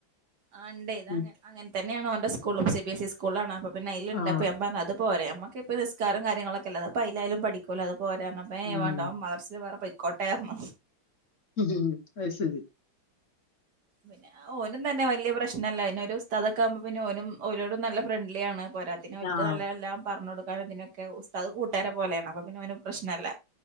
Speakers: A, on the right; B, on the left.
A: ആ ഇണ്ട് ഇതങ്ങ
B: ഉം
A: അങ്ങന തന്നെയാണ് ഓന്റെ സ്കൂള്‌ലും സി ബി എസ്‌ സി സ്കൂളിലാണ് അപ്പപിന്നെ അയില്ണ്ട്
B: ആഹ്
A: അപ്പ അതും പോരെ നമ്മക്ക് ഇപ്പ നിസ്കാരം കാര്യങ്ങളൊക്കെ ല്ലേ അത് ഇപ്പ അയിലായാലും പഠിക്കുഅല്ലേ അത് പോരാണപ്പേയ്
B: ഉം
A: വേണ്ടോ മദർ സേൽ വേറെ പ കോട്ടയാർന്നു
B: മ്‌ മ് മ് അത് ശെരി
A: പിന്നെ ഓനും തന്നെ വലിയ പ്രശ്നല്ല എന്നെ ഒരു ഉസ്താദൊക്കെ ആവുമ്പ പിന്നെ ഓനും ഓരോടും നല്ല ഫ്രണ്ട്ലി ആണ് പോരാത്തിന് അവൻക്ക്
B: ആഹ്
A: നല്ല എല്ലാം പറഞ്ഞ് കൊട്ക്കാനും നിന്നൊക്കെ ഉസ്താദ് കൂട്ടുകാര പോലെയാണ് അപ്പൊ പിന്നെ അവന് പ്രശ്നം അല്ല